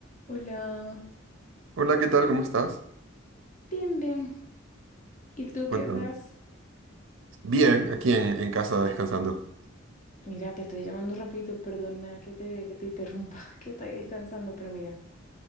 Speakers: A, on the left; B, on the right.
A: Hola,
B: Hola, ¿qué tal? ¿Cómo estás?
A: bien, bien. ¿Y tú
B: Cuéntame.
A: qué das?
B: Bien, aquí en, en casa descansando.
A: Mira, te estoy llamando rapidito, perdona que te, que te interrumpa, <laughs> que estoy descansando, pero mira,